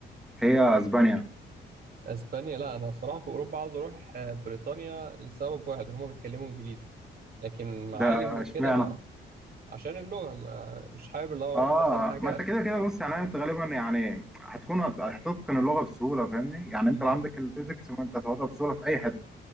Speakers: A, in the centre; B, on the right.
A: هي اسبانيا
B: اسبانيا لا انا الصراحة في اوروبا عاوز اروح آه، بريطانيا لسبب واحد ان هم بيتكلموا انجليزي لكن معالم
A: ده
B: وكده
A: اشمعنى
B: بقى عشان اللغة ما مش حابب اللي هو
A: اه
B: اروح مثلا حاجة
A: ما انت كده كده بص يعني انت غالبا يعني هتكون هت- هتتقن اللغه بسهوله فاهمني يعني انت
B: مم.
A: لو عندك البيزكس فانت هتاخدها بسهوله في اي حته